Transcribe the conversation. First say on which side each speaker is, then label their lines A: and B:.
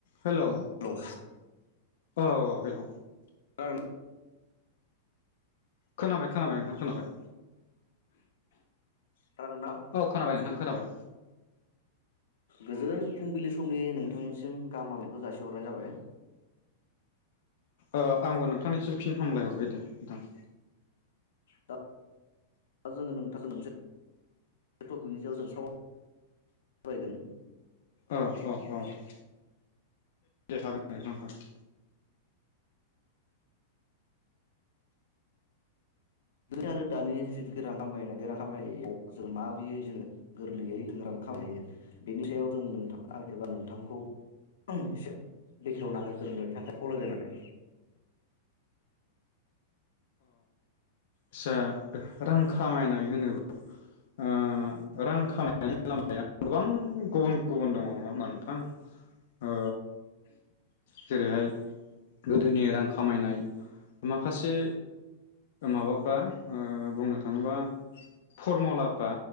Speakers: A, on the left; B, on the left.
A: Hello
B: <unintelligible> लौ
A: औ औ हेल
B: खोनादों
A: खोनाबाय खोनाबाय नोंथां खोनाबाय
B: खोनादोंना आं
A: अ खोनाबायनि नोंथां। खोनाबाय।
B: गोजोन फुंबिलि समनि नोंथांसिम गाहाम हामनायखौ जासिहरनाय जाबाय।
A: ओ आंबो नोंथांनिसिम फिन हामलाय हरबाय दे नोंथां।
B: दा जोङो नोंथां मोनसे टपिकनि सायाव जों सरायगोन।
A: औ औ औ दे हागोनद हागोन नोंथां हागोन।
B: आरो दानि जिथुखि रां खामायनाय बे रां खामनायाव जों माबोरयै जोङो गोरलैयै जों रां खायो बेनि सायाव जों नोंथां एबा नोंथांखौ एसे बेखेवना होग्रोनो थाखाय खावलायबाय माने।
A: आसा रां खामायनाय होनोब्ला ओ रां खामायनायनि लामाया गोबां गुबुन गुबुन दङ नङा होमबा नोंथां ओ‌ जेरैहाय गोदोनि रां खामायनाय माखासे माबा फा बुंनो थाङोबा फरमुलाफ्रा